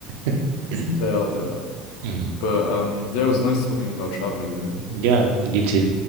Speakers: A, on the right; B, on the left.
A: <laughs>
B: They are, they are.
A: Mm,
B: But um yeah, it was nice talking about traveling though.
A: yeah, you too.